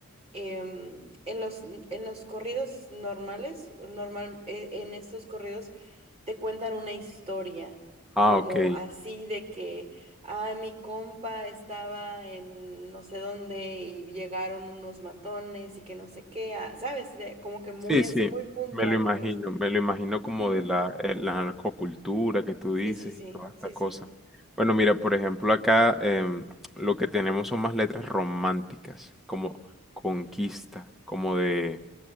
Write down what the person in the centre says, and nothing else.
Ah,
ok.
Sí,
sí,
me lo imagino,
me lo imagino
como de la, eh, la narcocultura que tú
dices
y toda esta
cosa.
Bueno, mira, por ejemplo, acá em, lo que tenemos son más letras románticas, como conquista, como de,